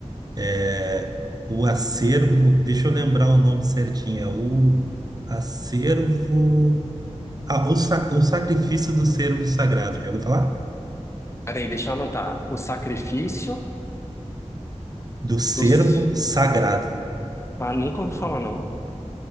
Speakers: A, on the right; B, on the left.
A: é, o Acervo. Deixa eu lembrar o nome certinho. É o Acervo. Ah, o, Sa- o Sacrifício do Cervo Sagrado. Já ouviu falar?
B: Peraí, deixa eu anotar. O Sacrifício
A: Do Cervo
B: dos...
A: Sagrado.
B: Ah, nunca ouvi falar, não.